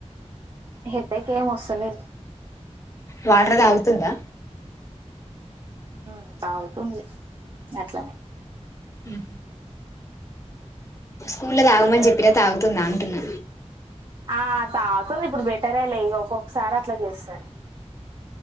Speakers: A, on the right; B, on the left.
A: హెడేక్ ఏం వస్తలేద్
B: వాటర్ తాగుతుందా
A: ఉ తాగుతుంది అట్లానే
B: ఉహు స్కూల్లో తాగమని చెప్పిన తాగుతుందా అంటున్నా.
A: ఆ తాగుతుంది ఇప్పుడు బెటరే లే ఒక్కొక్కసారి అట్లా చేస్తాది.